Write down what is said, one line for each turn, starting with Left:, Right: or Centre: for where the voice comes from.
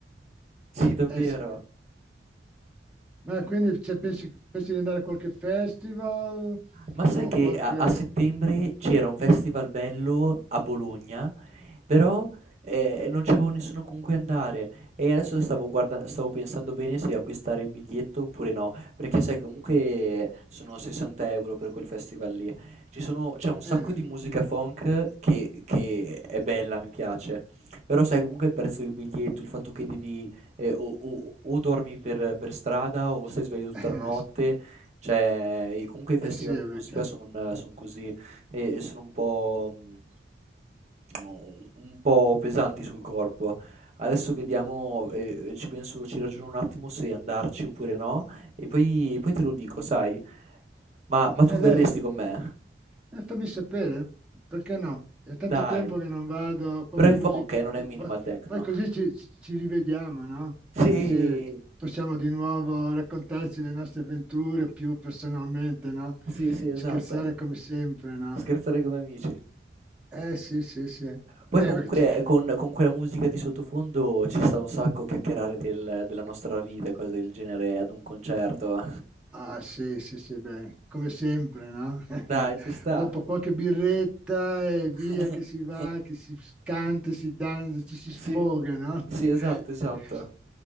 Right: Sì, davvero.
Centre: Eh sì. Ma quindi cioè, pensi, pensi di andare a qualche festival
Right: Ma sai
Centre: o
Right: che
Centre: qualche...
Right: a, a settembre c'era un festival bello a Bologna Però, ehm, non c'avevo nessuno con cui andare e adesso stavo guarda stavo pensando bene se acquistare il biglietto oppure no, perché sai comunque sono 60 € per quel festival lì. Ci sono c'è un
Centre: Eh,
Right: sacco di musica funk che che è bella, mi piace, però sai comunque il prezzo del biglietto, il fatto che devi ehm, o o o dormi per per strada o stai sveglio tutta
Centre: <laughs>
Right: la
Centre: eh
Right: notte,
Centre: sì,
Right: cioè i comunque i festival
Centre: eh sì, perché...
Right: di musica son son così e e sono un po', mhmm, u un po' pesanti sul corpo. Adesso vediamo, ehm, ci penso ci ragiono un attimo se andarci oppure no, e poi poi te lo dico, sai. Ma ma tu
Centre: Eh,
Right: verresti
Centre: dai,
Right: con me?
Centre: E fammi sapere, perché no? È tanto
Right: Dai,
Centre: tempo che non vado, qualche
Right: però è
Centre: musichetta,
Right: funk eh, non è minimal
Centre: poi,
Right: techno.
Centre: poi così ci, ci- ci rivediamo, no?
Right: Sì,
Centre: Così possiamo di nuovo raccontarci le nostre avventure più personalmente, no?
Right: sì, sì, esatto.
Centre: Scherzare come sempre, no?
Right: Scherzare come amici.
Centre: Eh sì, sì, sì.
Right: Poi
Centre: Beh,
Right: comunque
Centre: cioè,
Right: eh, con con quella musica di sottofondo ci sta un sacco chiacchierare del della nostra vita e cose del genere ad un concerto.
Centre: Ah sì, sì, sì, beh, come sempre, no? <laughs>
Right: Dai, ci sta.
Centre: Dopo qualche birretta e
Right: <laughs>
Centre: via che si va, che si canta, si danza, ci si sfoga,
Right: Sì,
Centre: no? <laughs>
Right: sì, esatto, esatto.